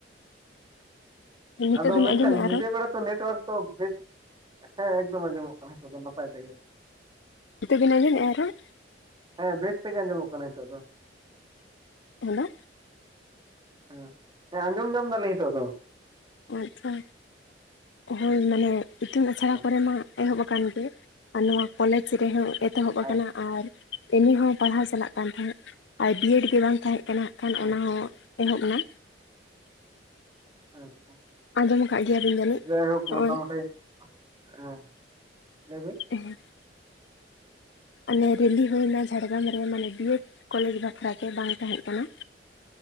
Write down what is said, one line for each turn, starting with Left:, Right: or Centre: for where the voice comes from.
Left: ᱧᱚᱜ ᱱᱤᱛᱚᱜ
Right: ᱟᱫᱚ
Left: ᱵᱤᱱ
Right: ᱢᱮᱱᱠᱷᱟᱱ
Left: ᱟᱸᱡᱚᱢᱮᱫᱼᱟ
Right: ᱧᱤᱫᱟᱹ
Left: ᱨᱚᱲ
Right: ᱵᱮᱲᱟ ᱛᱚ ᱱᱮᱴᱣᱟᱨᱠ ᱫᱚ ᱵᱮᱥ ᱦᱮᱸ ᱮᱠᱫᱚᱢ ᱟᱸᱡᱚᱢᱚᱜ ᱠᱟᱱᱟ ᱦᱮᱛᱚᱜ ᱫᱚ ᱱᱟᱯᱟᱭ ᱛᱮᱜᱮ᱾
Left: ᱱᱤᱛᱚᱜ ᱵᱮᱱ ᱟᱸᱡᱚᱢᱮᱜᱼᱟ ᱟᱨ ᱦᱚᱸ?
Right: ᱦᱮᱸ ᱵᱮᱥ ᱛᱮᱜᱮ ᱟᱸᱡᱚᱢᱚᱜ ᱠᱟᱱᱟ ᱱᱤᱛᱚᱜ ᱫᱚ᱾
Left: ᱦᱮᱞᱳ
Right: ᱦᱮᱸ, ᱦᱮᱸ ᱟᱸᱡᱚᱢ ᱧᱟᱢ ᱫᱟᱞᱤᱧ ᱱᱤᱛᱚᱜ ᱫᱚ᱾
Left: ᱟᱪᱪᱷᱟ, ᱦᱳᱭ ᱢᱟᱱᱮ ᱤᱛᱩᱱ ᱟᱥᱲᱟ
Right: ᱦᱮᱸ
Left: ᱠᱚᱨᱮ ᱢᱟ ᱮᱦᱚᱵ ᱟᱠᱟᱱ ᱜᱮ᱾ ᱟᱨ ᱱᱚᱣᱟ ᱠᱚᱞᱮᱡᱽ ᱨᱮᱦᱚᱸ ᱮᱛᱚᱦᱚᱵ ᱟᱠᱟᱱᱟ
Right: ᱟᱪᱪᱷᱟ
Left: ᱟᱨ ᱮᱢᱮ ᱦᱚᱸ ᱯᱟᱲᱦᱟᱣ ᱪᱟᱞᱟᱜ ᱠᱟᱱ ᱛᱟᱦᱮᱸᱫ ᱟᱨ ᱵᱤᱭᱮᱰ ᱜᱮ ᱵᱟᱝ ᱛᱟᱦᱮᱸᱜ ᱠᱟᱱᱟ ᱠᱷᱟᱱ
Right: ᱟᱪᱪᱷᱟ
Left: ᱚᱱᱟ ᱦᱚᱸ ᱮᱦᱚᱵᱱᱟ
Right: ᱟᱪᱪᱷᱟ,
Left: ᱟᱸᱡᱚᱢ ᱟᱠᱟᱫ ᱜᱮᱭᱟᱵᱤᱱ ᱡᱟᱹᱱᱤᱡ
Right: ᱡᱟᱭᱦᱳᱠ
Left: ᱱᱚᱜᱼᱚᱭ
Right: ᱢᱳᱴᱟᱢᱩᱴᱤ ᱦᱮᱸ ᱞᱟᱹᱭᱵᱮᱱ
Left: ᱮᱸᱦᱮᱸ ᱚᱱᱮ ᱨᱮᱞᱤ ᱦᱩᱭᱱᱟ ᱡᱷᱟᱲᱜᱨᱟᱢ ᱨᱮ ᱢᱟᱱᱮ ᱵᱤᱭᱮᱰ ᱠᱚᱞᱮᱡᱽ ᱵᱟᱠᱷᱨᱟᱛᱮ ᱵᱟᱝ ᱛᱟᱦᱮᱸᱜ ᱠᱟᱱᱟ᱾